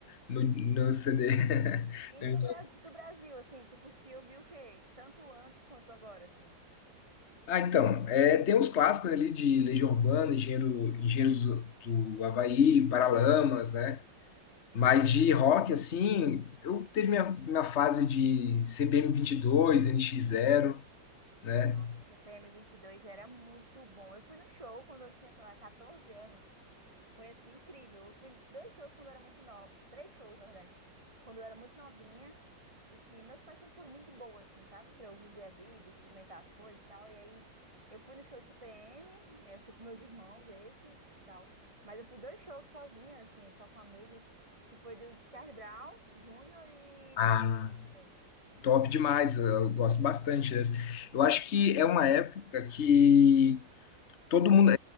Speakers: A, on the left; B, on the right.
A: no, no CD. <laughs>
B: E no Bra- do Brasil, assim, tu curtiu, viu o quê? Tanto antes quanto agora, assim.
A: Ah, então, é, tem uns clássicos ali de Legião Urbana, Engenheiro, Engenheiros do do Havaí, Paralamas, né? Mas de rock, assim, eu teve minha, minha fase de CPM 22, NX 0 né?
B: Nossa, o C P M vinte e dois era muito bom. Eu fui no show quando eu tinha, sei lá, 14 anos. Foi assim incrível. Eu fui dois shows quando eu era muito nova, três shows, na verdade, quando eu era muito novinha e que meus pais sempre foram muito de boa, assim, sabe? Pra eu viver a vida, experimentar as coisas e tal. E aí eu fui no show do CPM, eh, eu fui com meus irmãos, esse e tal. Mas eu fui dois shows sozinha, assim, só com amigos, que foi do Charlie Brown Júnior e
A: Ah,
B: da Pitty também.
A: top demais, eu gosto bastante dessa. Eu acho que é uma época que todo mundo.